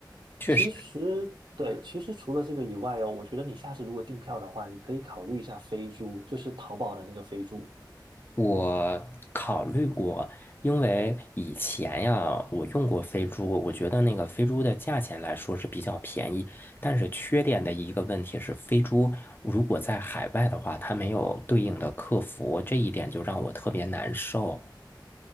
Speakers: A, on the left; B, on the right.
A: 确实，
B: 其实对，其实除了这个以外哦，我觉得你下次如果订票的话，你可以考虑一下飞猪，就是淘宝的那个飞猪
A: 我考虑过，因为以前呀，我用过飞猪，我觉得那个飞猪的价钱来说是比较便宜，但是缺点的一个问题是，飞猪如果在海外的话，它没有对应的客服，这一点就让我特别难受。